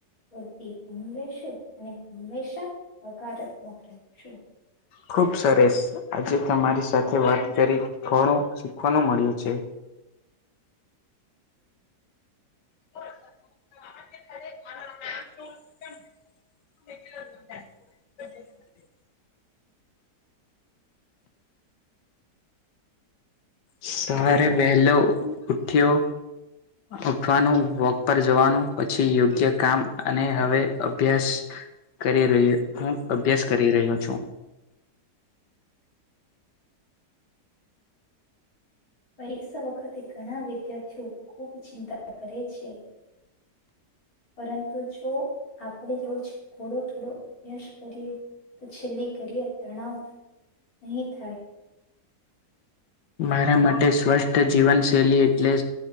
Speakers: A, on the left; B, on the left.
A: પૂરતિ લશું અને હંમેશા હકારાત્મક રહેખશું
B: ખુબ સરસ આજે તમારી સાથે વાત કરી ઘણું શીખવાનું મળ્યું છે <unintelligible> <unintelligible> સવારે વેહેલો ઉઠ્યો ઉઠવાનું વોક પર જવાનું પછી યોગ્ય કામ અને હવે અભ્યાસ કરી રહ હું અભ્યાસ કરી રહ્યો છું
A: પરીક્ષા વખતે ઘણા વિદ્યાર્થીઓ ખુબ ચિંતા કરે છે પરંતુ જો આપણે રોજ થોડો થોડો અભ્યાસ કરીએ તો છેલ્લી ઘડીએ તણાવ નહીં થાય
B: મારા માટે સ્વષ્ઠ જીવનશૈલી એટલે